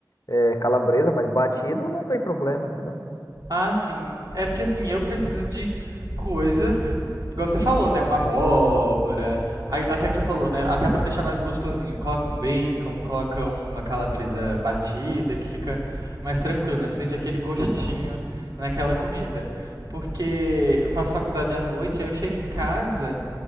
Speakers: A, on the left; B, on the right.
A: é, calabresa, mas batido não tem problema, entendeu?
B: Ah, sim. É porque assim, eu preciso de coisas, igual você falou, né? Uma abóbora. a- Até que você falou, né? Até pra deixar mais gostosinho. Coloca um bacon, coloca uma calabresa batida, que fica mais tranquilo, né? Você sente aquele gostinho naquela comida. Porque eu faço faculdade à noite, aí eu chego em casa